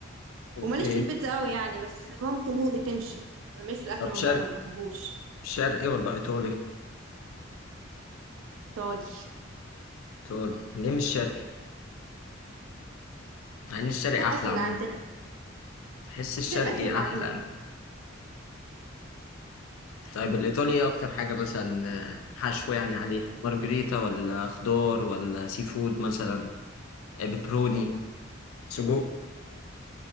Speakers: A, on the left; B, on the right.
A: اوكي
B: وماليش في البيتزا قوي يعني بس ممكن هي اللي تمشي انا ماليش في الاكل
A: طب
B: من
A: شرقي
B: بره ما بحبوش
A: شرقي ولا ايطالي
B: ايطالي
A: ايطالي ليه مش شرقي مع ان الشرقي
B: فوق
A: احلى
B: الأكل اللي
A: عموما
B: عندنا
A: بحس الشرقي
B: غير الأكل اللي
A: احلى
B: عندنا
A: طيب الايطالي ايه اكتر حاجه مثلا آه، حشو يعني عليها مارجريتا ولا خضار ولا سي فود مثلا آه، بيبروني سجق